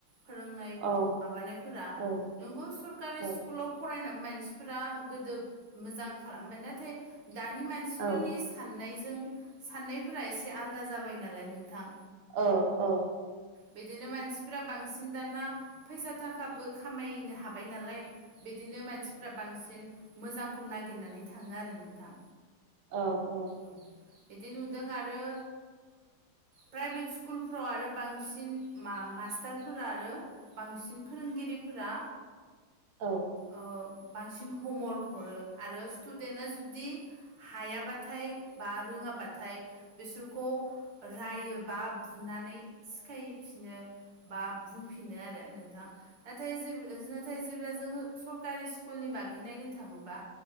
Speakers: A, on the right; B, on the right.
A: फोरोंनाय
B: औ
A: माबानायफोरा
B: औ
A: नोंगौ सरकारि
B: औ
A: स्कुलाव फरायन मानसिफोरा गोदो मोजां खालामबाय। नाथाय दानि मानसिफोरनि
B: औ
A: साननायजों साननायफोरा एसे आलादा जाबाय नालाय नोंथां।
B: औ औ।
A: बिदिनो मानसि फोर बांसिन दाना फैसा थाखाबो खामायनो हाबाय नालाय बिदिनो मानसिफ्रा बांसिन मोजांखौ नागिरनानै थाङो आरो नोंथां।
B: औ औ।
A: औ बिदि नुदों आरो प्राइभेट स्कुलफ्राव आरो बांसिन मास टारफोरा आरो बांसिन फोरोंगिरिफोरा
B: औ।
A: औ बांसिन हमवर्क हरो आरो स्टुदेन्टआ जुदि हायाबाथाय बा रोङाब्लाथाय बिसोरखौ रायोबा बुनानै सिखायफिनो। बा बुंफिनो आरो नोंथां। नाथाय जेबो ओजो नाथाय जेब्ला जोङो सरकारि स्कुलनि बागै नायनो थाङोबा